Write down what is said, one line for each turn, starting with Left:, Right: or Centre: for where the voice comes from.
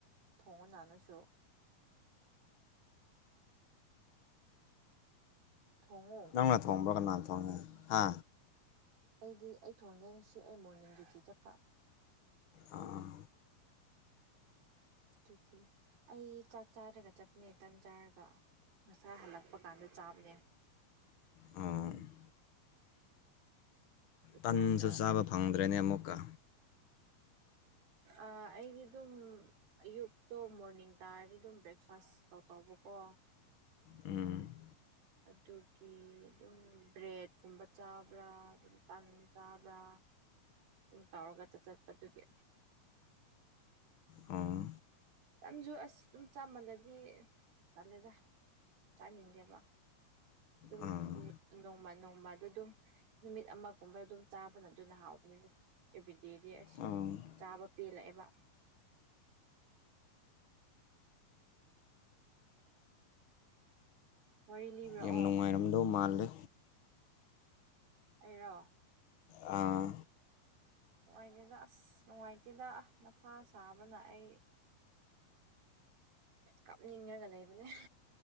Right: ꯊꯣꯡꯉꯣꯅ ꯅꯣꯏꯁꯨ ꯊꯣꯡꯉꯣ
Left: ꯅꯪꯅ ꯊꯣꯡꯕ꯭ꯔꯣ ꯀꯅꯥꯟ ꯊꯣꯡꯉꯤ ꯍꯥ
Right: ꯑꯩꯗꯤ ꯑꯩ ꯊꯣꯡꯉꯦ ꯉꯁꯤ ꯑꯩ ꯃꯣꯔꯅꯤꯡꯒꯤ ꯇꯤꯆꯔ ꯄ꯭ꯔꯥꯛ
Left: ꯑꯥ
Right: ꯑꯗꯨꯒꯤ ꯑꯩ ꯆꯥꯛ ꯆꯥꯗ꯭ꯔꯒ ꯆꯠꯄꯅꯦ ꯇꯟ ꯆꯥꯔꯒ ꯉꯁꯥꯏ ꯍꯜꯂꯛꯄ ꯀꯥꯟꯗ ꯆꯥꯕꯅꯦ
Left: ꯎꯝ
Right: ꯑꯗꯨꯀꯥꯟꯗ
Left: ꯇꯟꯁꯨ ꯆꯥꯕ ꯐꯪꯗ꯭ꯔꯦꯅꯦ ꯑꯃꯨꯛꯀ
Right: ꯑꯩꯒꯤ ꯑꯗꯨꯝ ꯑꯌꯨꯛꯇꯣ ꯃꯣꯔꯅꯤꯡ ꯇꯥꯔꯗꯤ ꯑꯗꯨꯝ ꯕ꯭ꯔꯦꯛꯐꯥꯁ ꯇꯧ ꯇꯧꯕꯀꯣ
Left: ꯎꯝ
Right: ꯑꯗꯨꯒꯤ ꯑꯗꯨꯝ ꯕ꯭ꯔꯦꯗꯀꯨꯝꯕ ꯆꯥꯕ꯭ꯔꯥ ꯑꯗꯨꯝ ꯇꯟ ꯆꯥꯕ꯭ꯔꯥ ꯎꯝ ꯇꯥꯎꯔꯒ ꯆꯠ ꯆꯠꯄꯗꯨꯒꯤ
Left: ꯑꯥ
Right: ꯇꯟꯖꯨ ꯑꯁ ꯑꯗꯨꯝ ꯆꯥꯃꯜꯂꯗꯤ ꯇꯜꯂꯦꯗ ꯆꯥꯅꯤꯡꯗꯦꯕ ꯑꯗꯨꯝ
Left: ꯑꯥ
Right: ꯅꯣꯡꯃ ꯅꯣꯡꯃꯗ ꯑꯗꯨꯝ ꯅꯨꯃꯤꯠ ꯑꯃꯒꯨꯝꯕ ꯑꯗꯨꯝ ꯆꯥꯕꯅ ꯑꯗꯨꯅ ꯍꯥꯎꯕꯅꯦ ꯑꯦꯕ꯭ꯔꯤꯗꯦꯗꯤ ꯑꯁ
Left: ꯎꯝ
Right: ꯆꯥꯕ ꯄꯦꯜꯂꯛꯑꯦꯕ ꯋꯥꯔꯤ ꯂꯤꯕ꯭ꯔꯛꯑꯣ
Left: ꯌꯥꯝ ꯅꯨꯡꯉꯥꯏꯔꯝꯗꯧ ꯃꯥꯜꯂꯦ
Right: ꯑꯩꯔꯣ
Left: ꯑꯥ
Right: ꯅꯨꯡꯉꯥꯏꯇꯦꯗ ꯑꯁ ꯅꯨꯡꯉꯥꯏꯇꯦꯗ ꯃꯊꯥ ꯁꯥꯥꯕꯅ ꯑꯩ ꯀꯥꯞꯅꯤꯡꯉꯒ ꯂꯩꯕꯅꯦ